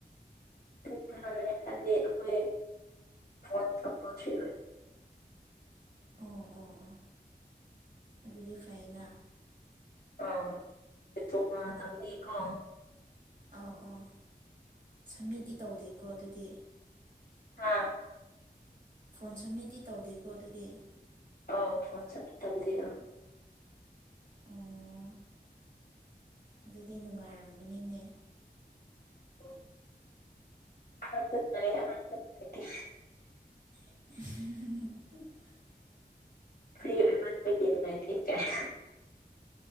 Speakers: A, on the left; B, on the right.
A: ꯐ ꯍꯥꯏꯗꯤꯈꯣꯏ ꯐꯣꯟ ꯇꯝꯕꯁ
B: ꯑꯥ ꯑꯥ ꯑꯥ ꯑꯗꯨꯗꯤ ꯐꯥꯏꯅꯦ
A: ꯑꯥ ꯅꯤꯐꯨꯉꯥ ꯇꯝꯃꯤꯀꯣ
B: ꯑꯥꯎ ꯑꯥ ꯁꯝꯃꯤꯠꯇꯗꯤ ꯇꯧꯗꯦꯀꯣ ꯑꯗꯨꯗꯤ
A: ꯑꯥ
B: ꯐꯣꯟ ꯁꯨꯝꯃꯤꯠꯗꯤ ꯇꯧꯗꯦꯀꯣ ꯑꯗꯨꯗꯤ
A: ꯑꯥꯎ ꯐꯣꯟ ꯁꯝꯃꯤꯠ ꯇꯧꯗꯦ ꯑꯥ
B: ꯑꯣ ꯑꯗꯨꯗꯤ ꯅꯨꯡꯉꯥꯏꯔꯝꯒꯅꯤꯅꯦ
A: ꯎ ꯑ ꯑꯅꯥꯥꯏꯗꯤ
B: <unintelligible>
A: ꯐ꯭ꯔꯤ ꯑꯣꯏꯃꯟꯖꯒꯤ ꯉꯥꯏ ꯊꯤ ꯀꯥꯏ